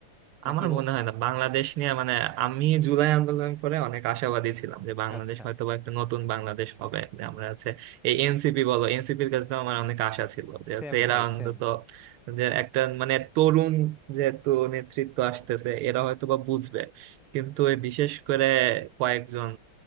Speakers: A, in the centre; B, on the right (about 80°).
A: নাকি
B: আমার
A: ও
B: মনে হয় না বাংলাদেশ নিয়ে মানে আমি জুলাই আন্দোলন করে অনেক আশাবাদী ছিলাম যে বাংলাদেশ
A: আচ্ছা
B: হয়তো বা একটা নতুন বাংলাদেশ হবে যে আমরা আছে এই এনসিপি বলো এনসিপির কাছে তো আমার অনেক আশা ছিল যে
A: সেম
B: আছে এরা
A: ভাই
B: অন্তত
A: সেম
B: যে একটা মানে তরুণ যেহেতু নেতৃত্ব আসতেছে এরা হয়তো বা বুঝবে কিন্তু এই বিশেষ করে কয়েকজন